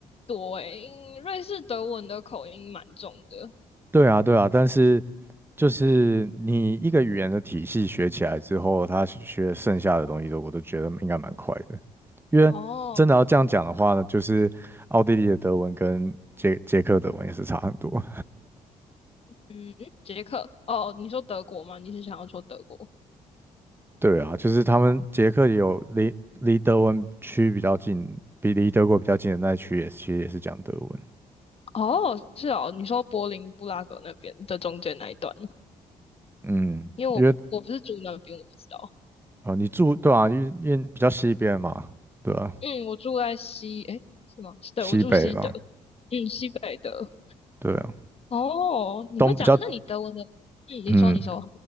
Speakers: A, on the left (about 40°); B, on the right (about 15°).
A: 多诶，因瑞士德文的口音蛮重的。
B: 对啊，对啊，但是就是你一个语言的体系学起来之后，他学剩下的东西都我都觉得应该蛮快的，因为真的要这样讲的话呢，
A: 哦，
B: 就是奥地利的德文跟捷捷克德文也是差很多。
A: 嗯，捷克。哦，你说德国吗？你是想要说德国？
B: 对啊，就是他们捷克也有离离德文区比较近，比离德国比较近的那一区也其实也是讲德文。
A: 哦，是哦，你说柏林布拉格那边的中间那一段，
B: 嗯，
A: 因为我我不是住那边，
B: 因为
A: 我不知道。
B: 啊、你住对啊，因为因为比较西边嘛，对啊，
A: 嗯，我住在西，诶，是吗？对，
B: 西北嘛，
A: 我住西德，嗯，西北德。
B: 对啊，
A: 哦，你会讲？
B: 东比较
A: 那你德文的？嗯，你说，
B: 嗯，
A: 你说。